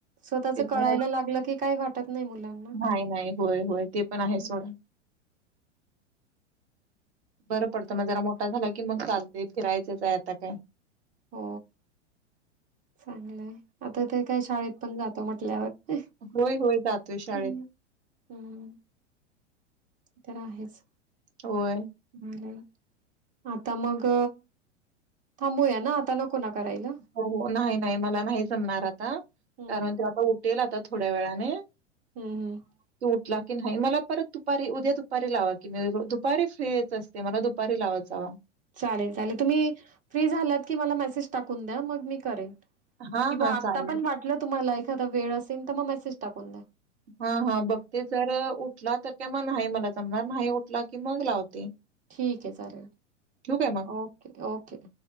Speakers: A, on the right (about 20°); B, on the right (about 60°).
A: स्वतःच
B: त्याच्यामुळे
A: कळायला लागलं की काही वाटत नाही मुलांना
B: नाही नाही होय होय ते पण आहे
A: हं,
B: सोडा बरं पडतं
A: हं.
B: मग जरा मोठा झाला कि मग चालते फिरायचंच आहे आता काय
A: हो चांगलंय आता ते काय शाळेत पण जातो म्हटल्यावर
B: होय होय जातोय शाळेत
A: ह् हम्म. तर आहेच.
B: होय.
A: आणि आता मग थांबूया ना आता नको ना करायला.
B: हो हो नाही नाही मला नाही जमणार आता.
A: हम्म
B: कारण ते आता उठेल आता थोड्या वेळाने.
A: हम् हम्.
B: तो उठला की नाही मला परत दुपारी उद्या दुपारी लावा की मी दुपारी फ्री होत अस ते मला दुपारी लावत जावा.
A: चालेल चालेल तुम्ही फ्री झालात की मला मेसेज टाकून द्या मग मी करेन.
B: हां
A: किंवा
B: हां
A: आता
B: चालेल
A: पण वाटलं तुम्हाला एखादा वेळ असेल तर मग मेसेज टाकून द्या.
B: हा हा बघते जर उठला तर काय न्हाई मला जमणार न्हाई उठला कि मग लावते.
A: ठीक आहे चालेल
B: ठेवू काय मग?
A: Okay okay.